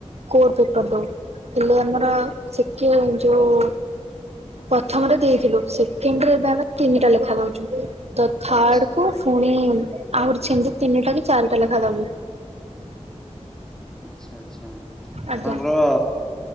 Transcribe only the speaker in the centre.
ଆଚ୍ଛା
ଆଚ୍ଛା ଆଚ୍ଛା
ଆପଣଙ୍କର